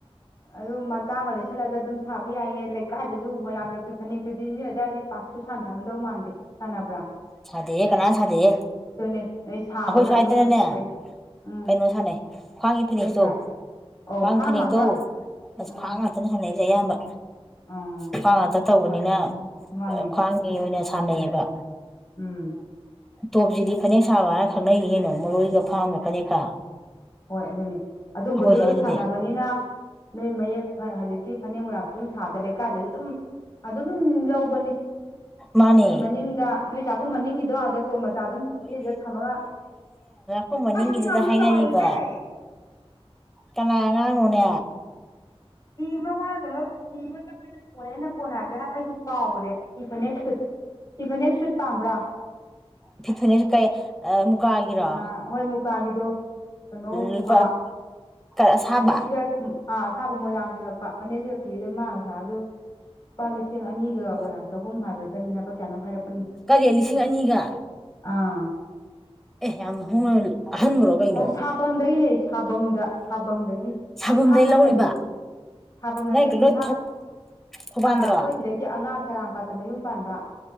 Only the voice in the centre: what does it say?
ꯁꯥꯗꯦꯍꯦ ꯀꯅꯥꯝ ꯁꯥꯗꯦꯍꯦ
ꯑꯈꯣꯏ ꯁ꯭ꯋꯥꯏꯗꯅꯅꯦ
ꯀꯩꯅꯣ ꯁꯥꯟꯅꯩ ꯈ꯭ꯋꯥꯡꯒꯤ ꯐꯅꯦꯛꯇꯣ
ꯈ꯭ꯋꯥꯡꯒꯤ
ꯐꯅꯦꯛꯇꯣ
ꯑꯁ
ꯈ꯭ꯋꯥꯡ ꯉꯥꯛꯇꯅꯦ ꯁꯥꯟꯅꯩꯖꯦ ꯑꯌꯥꯝꯕ
ꯈ꯭ꯋꯥꯡ ꯉꯥꯛꯇ ꯇꯧꯕꯅꯤꯅ
ꯈ꯭ꯋꯥꯡꯒꯤ ꯑꯣꯏꯅ ꯁꯥꯟꯅꯩꯌꯦꯕ
ꯇꯣꯞꯖꯤꯗꯤ ꯐꯅꯦꯛ ꯁꯥꯕ ꯍꯥꯏꯔ ꯈꯪꯅꯩꯅꯤꯀꯩꯅꯣ ꯃꯔꯣꯏꯒ ꯐꯥꯝꯒ ꯐꯅꯦꯛꯀ
ꯑꯩꯈꯣꯏ ꯁ꯭ꯋꯥꯏꯗꯗꯤ
ꯃꯥꯅꯦ
ꯈꯨ ꯃꯅꯤꯡꯒꯤꯗꯨꯗ
ꯍꯥꯏꯅꯔꯤꯕ
ꯀꯅꯥ ꯑꯉꯥꯡꯅꯣꯅꯦ
ꯐꯤ ꯐꯅꯦꯛꯁꯨ ꯀꯩ ꯃꯨꯀꯥꯒꯤꯔꯣ
ꯂꯨꯄꯥ ꯀꯔ ꯑꯁꯥꯕ
ꯑꯣ
ꯀꯔꯤ ꯂꯤꯁꯤꯡ ꯑꯅꯤꯒ
ꯑꯦ ꯌꯥꯝ ꯍꯣꯡꯅ ꯑꯍꯟꯕ꯭ꯔꯣ ꯀꯩꯅꯣ
ꯁꯥꯕꯝꯗꯩ
ꯂꯧꯔꯤꯕ
ꯅꯣꯏ
ꯂꯣꯏ
ꯊꯧꯕꯥꯟꯗꯔꯣ